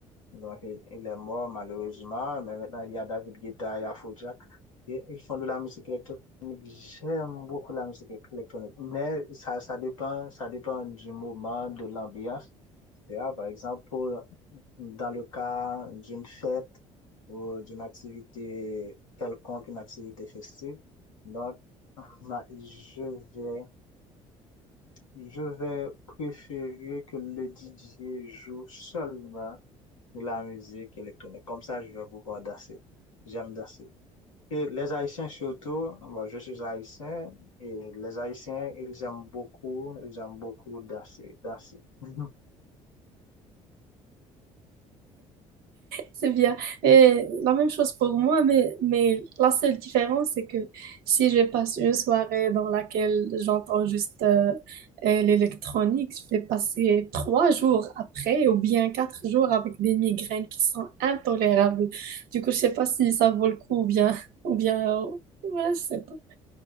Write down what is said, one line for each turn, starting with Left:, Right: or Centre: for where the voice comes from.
Left: Donc, il, il est mort malheureusement, mais maintenant il y a David Guetta, il y a Afrojack. Et ils font de la musique électronique. J'aime beaucoup la musique électronique, mais ça, ça dépend, ça dépend du moment, de l'ambiance, etc. Par exemple, pour- dans le cas d'une fête ou d'une activité quelconque, une activité festive, donc <laughs> ma- je vais, je vais préférer que le DJ joue seulement de la musique électronique. Comme ça, je vais pouvoir danser. J'aime danser. Et les Haïtiens surtout, bon, je suis haïtien et les Haïtiens, ils aiment beaucoup, ils aiment beaucoup danser, danser. <laughs>
Right: C'est bien. Et la même chose pour moi, mais, mais la seule différence, c'est que si je passe une soirée dans laquelle j'entends juste euh, euh, l'électronique, je vais passer trois jours après ou bien quatre jours avec des migraines qui sont intolérables. Du coup, je sais pas si ça vaut le coup ou bien, <laughs> ou bien, euh, ouais, je sais pas.